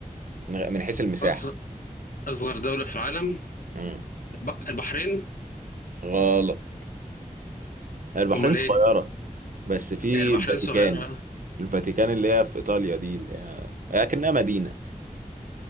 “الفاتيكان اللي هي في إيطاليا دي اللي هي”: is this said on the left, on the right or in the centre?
Right